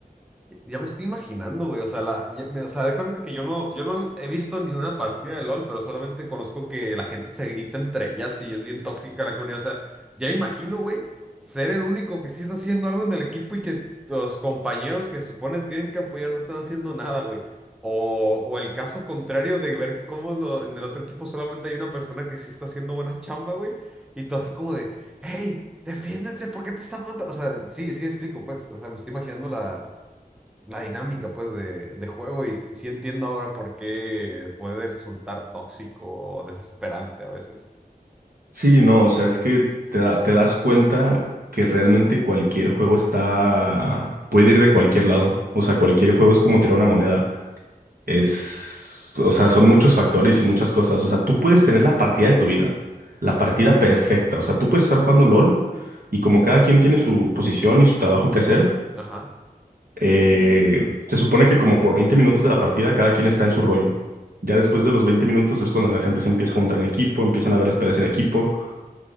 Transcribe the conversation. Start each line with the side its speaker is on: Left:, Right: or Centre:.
Centre: Ya me estoy imaginando, güey. O sea, la, ya me- o sea, de cuenta que yo no, yo no he visto ni una partida de LOL, pero solamente conozco que la gente se grita entre ellas y es bien tóxica la comunidad. O sea, ya me imagino, güey, ser el único que sí está haciendo algo en el equipo y que los compañeros que supone tienen que apoyar no están haciendo nada, güey. O, o el caso contrario de ver cómo lo- en el otro equipo solamente hay una persona que sí está haciendo buena chamba, güey. Y tú así como de, hey, defiéndete, ¿por qué te están matando? O sea, sí, sí explico, pues. O sea, me estoy imaginando la la dinámica pues de, de juego y sí entiendo ahora por qué puede resultar tóxico o desesperante a veces.
Right: Sí, no, o sea, es que te, da- te das cuenta que realmente cualquier juego está, puede ir de cualquier lado. O sea, cualquier juego es como tirar una moneda. Es, o sea, son muchos factores y muchas cosas. O sea, tú puedes tener la partida de tu vida, la partida perfecta. O sea, tú puedes estar jugando LOL y como cada quien tiene su posición y su trabajo que hacer,
Centre: Ajá,
Right: eh, se supone que como por 20 minutos de la partida cada quien está en su rollo. Ya
Centre: sí.
Right: después de los 20 minutos es cuando la gente se empieza a juntar en equipo, empiezan a ver las peleas en equipo